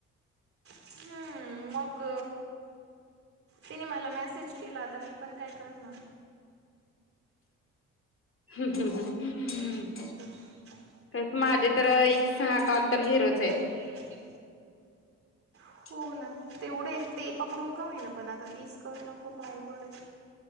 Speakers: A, on the right; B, on the left.
A: हम्म मग तिने मला मेसेज केला आता मी पण काय करणार
B: हम्म हम् ह हम्
A: <inaudible>
B: कस माझे तर एक सहा कॉल तर झिरोच आहेत
A: इरतेे
B: <inaudible>
A: हो ना तेवढे ते पकडून का आहे ना पण आता तीस करन खूप अवकडे